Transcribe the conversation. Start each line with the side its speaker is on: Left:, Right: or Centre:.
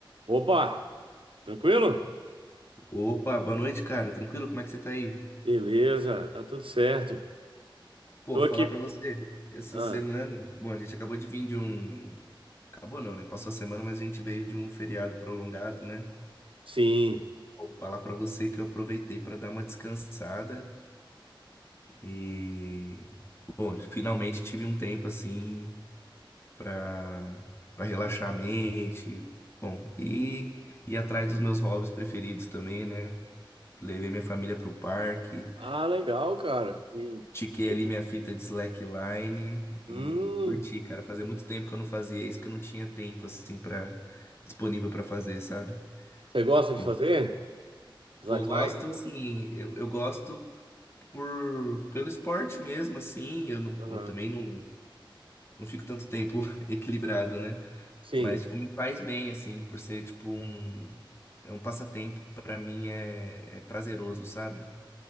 Right: Opa, tranquilo?
Left: Opa, boa noite, cara. Tranquilo? Como é que você tá aí?
Right: Beleza, tá tudo certo.
Left: Pô,
Right: Tô
Left: falar
Right: aqui.
Left: pra você, essa
Right: Ah,
Left: semana, bom, a gente acabou de vir de um, acabou não, né? Passou a semana, mas a gente veio de um feriado prolongado, né?
Right: sim.
Left: Vou falar pra você que eu aproveitei pra dar uma descansada e, bom, finalmente tive um tempo assim pra para relaxar a mente, bom, e ir atrás dos meus hobbies preferidos também, né? Levei minha família pro parque.
Right: Ah, legal, cara. E
Left: Tiquei
Right: que-
Left: ali minha fita de slackline
Right: hum,
Left: e curti, cara. Fazia muito tempo que eu não fazia isso, que eu não tinha tempo, assim, para disponível pra fazer, sabe?
Right: você gosta
Left: Pô,
Right: de fazer? Slackline?
Left: pô, eu gosto, assim, eu, eu gosto por, pelo esporte mesmo, assim. Eu, não,
Right: Aham.
Left: eu também não, não fico tanto tempo <laughs> equilibrado, né?
Right: Sim,
Left: Mas, tipo, me faz bem, assim, por ser, tipo, um, é um passatempo, pra mim é, é prazeroso, sabe?